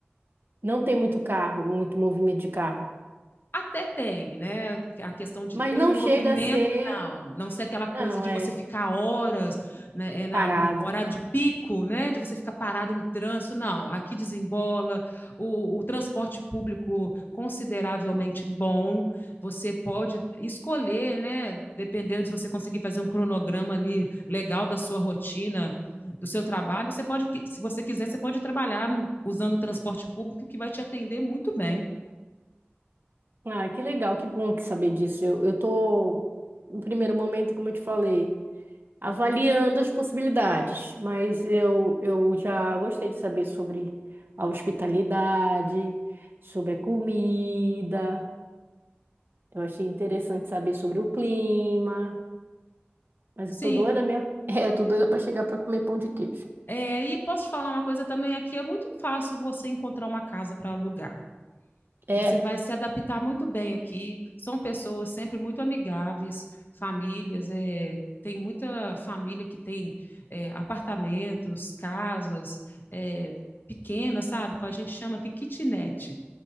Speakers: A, on the right (about 55°); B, on the left (about 55°).
A: não tem muito carro, muito movimento de carro,
B: Até tem, né? A questão de
A: mas
B: ter
A: não
B: o movimento,
A: chega a ser,
B: não. Não ser aquela coisa
A: não,
B: de
A: é
B: você ficar horas, né? É na,
A: parado.
B: no horário de pico, né? De você ficar parado no trânsito, não. Aqui desembola, o, o transporte público consideravelmente bom. Você pode escolher, né? Dependendo se você conseguir fazer um cronograma ali legal da sua rotina, do seu trabalho, você pode, se você quiser, você pode trabalhar usando o transporte público que vai te atender muito bem.
A: Ah, que legal, que bom que saber disso. Eu, eu tô, no primeiro momento, como eu te falei. avaliando as possibilidades, mas eu, eu já gostei de saber sobre a hospitalidade, sobre a comida. Eu achei interessante saber sobre o clima, mas
B: Sim,
A: eu tô doida mesmo. <laughs> É, eu tô doida para chegar para comer pão de queijo.
B: É, e posso te falar uma coisa também aqui, é muito fácil você encontrar uma casa para alugar.
A: É.
B: Você vai se adaptar muito bem aqui. São pessoas sempre muito amigáveis, famílias, é, tem muita família que tem é, apartamentos, casas, é, pequenas, sabe? Que a gente chama aqui kitnet,